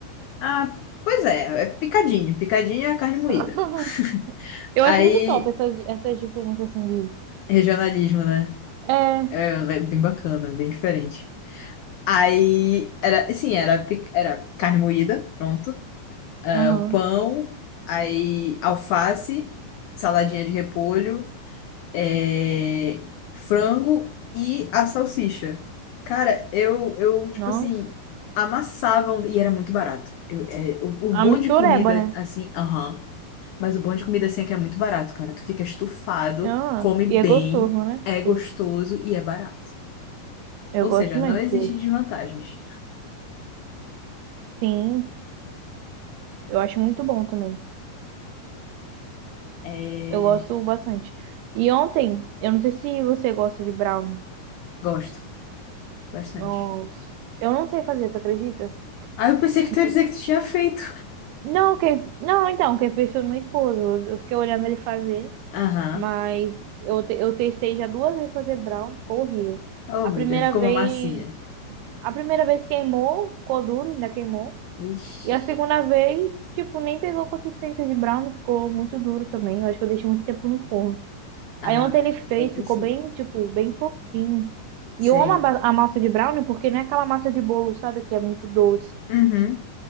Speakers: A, on the left; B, on the right.
A: Ah, pois é, é picadinho. Picadinho é a carne moída.
B: <laughs>
A: <laughs>
B: Eu
A: Aí,
B: acho muito top essas, essas diferenças, assim, de...
A: regionalismo, né?
B: É,
A: É é bem bacana, bem diferente. Aí, era, sim, era, pic- era carne moída, pronto. Ah,
B: aham,
A: o pão, aí alface, saladinha de repolho. é, frango e a salsicha. Cara, eu, eu, tipo
B: nossa.
A: assim, amassavam e era muito barato. Eu, é, o, o bom
B: A mistureba,
A: de comida,
B: né?
A: assim, aham, mas o bom de comida, assim, é que é muito barato, cara. Tu fica estufado,
B: Ah,
A: come bem,
B: e é gostoso, né?
A: é gostoso
B: Tem,
A: e é barato.
B: eu
A: Ou
B: gosto
A: seja,
B: também,
A: não
B: porque,
A: existe desvantagens.
B: sim, eu acho muito bom também.
A: É,
B: Eu gosto bastante. E ontem, eu não sei se você gosta de brownie.
A: gosto bastante.
B: Nossa, eu não sei fazer, tu acredita?
A: Ah, eu pensei que tu ia
B: Mas-
A: dizer que tu tinha feito.
B: Não, quem... Não, então, quem fez foi meu esposo. Eu eu fiquei olhando ele fazer.
A: Aham.
B: Mas eu, te- eu testei já duas vezes fazer brown, ficou horrível.
A: Oh,
B: A
A: meu
B: primeira
A: Deus, ficou
B: vez,
A: uma massinha.
B: a primeira vez queimou, ficou duro, ainda queimou.
A: Ixi.
B: E a segunda vez, tipo, nem pegou consistência de brown, ficou muito duro também. Eu acho que eu deixei muito tempo no forno.
A: Ah,
B: Aí ontem ele fez,
A: pode ter
B: ficou
A: sido.
B: bem, tipo, bem fofinho.
A: Sei.
B: E eu amo a, ba- a massa de brownie porque não é aquela massa de bolo, sabe, que é muito doce.
A: Uhum.